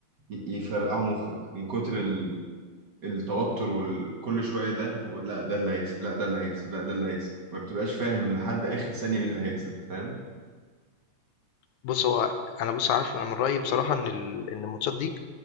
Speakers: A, on the right (about 40°); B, on the left (about 80°).
A: يفرقعوا مخك من كتر التوتر وكل شويه ده وب- لا ده اللي هيكسب لا ده اللي هيكسب لا ده اللي هيكسب ما بتبقاش فاهم لحد اخر ثانيه مين اللي هيكسب فاهم
B: بُص هو أنا بُص عارف أنا من رأيي بصراحة إن ال إن الماتشات دي